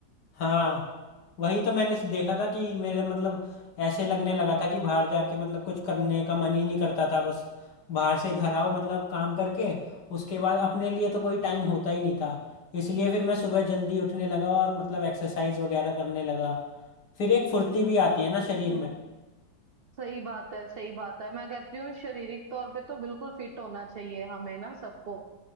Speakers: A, on the left; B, on the right.
A: हाँ वही तो मैंने देखा था कि मेरे मतलब ऐसे लगने लगा था कि बाहर जाके मतलब कुछ करने का मन ही नहीं करता था बस बाहर से घर आओ मतलब काम करके उसके बाद अपने लिए तो कोई टाइम होता ही नहीं था इसलिए फिर मैं सुबह जल्दी उठने लगा और मतलब एक्सरसाइज वगैरह करने लगा फिर एक फुर्ती भी आती है ना शरीर
B: हाँ
A: में
B: सही बात है सही बात है मैं कहती हूँ शारीरिक तौर पे तो बिल्कुल फिट होना चाहिए हमें ना सबको